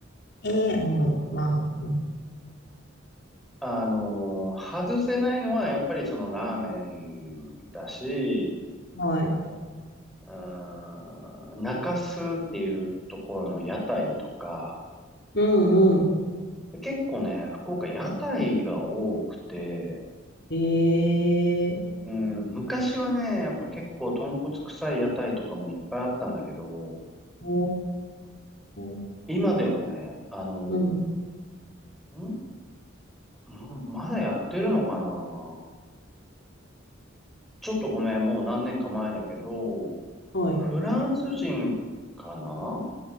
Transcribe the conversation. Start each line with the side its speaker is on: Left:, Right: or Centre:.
Left: えー、うん、まあ、うん。
Centre: あのー外せないのはやっぱりそのラーメンだし、
Left: はい。
Centre: うーん、中洲っていうところの屋台とか、
Left: うんう
Centre: で、結構ね、福岡屋台が多くて、
Left: ん。ええ
Centre: うん、昔はね、やっぱ結構豚骨臭い屋台とかもいっぱいあったんだけど、
Left: おー。
Centre: 今ではね、あの
Left: うん。
Centre: ーんま、まだやってるのかなちょっとごめん、もう何年か前だけど、
Left: はい。
Centre: フランス人かな